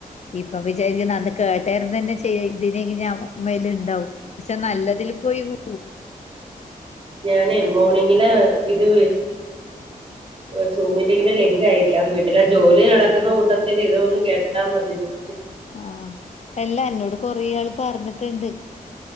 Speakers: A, on the left; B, on the right.
A: ഇപ്പൊ വിചാരിക്കുന്ന <unintelligible> കേട്ടാരന്ന് തന്നെ ചെയ്യ ഇതിന ഇങ്ങനെ മേല ഉണ്ടാവും പക്ഷെ നല്ലതിൽ പോയി <unintelligible>
B: ഞാന് മോണിങ്ങില് ഇത് സൂ മീറ്റിങ്‌ ലിങ്ക് അയക്കാം <unintelligible> ഇല്ല ജോലി നടക്കുന്ന കൂട്ടത്തിൽ ഇതൊന്ന് കേട്ടാൽ മതി ജസ്റ്റ്
A: ആഹ എല്ല എന്നോട് കൊറേ ആള് പറഞ്ഞിട്ടുണ്ട്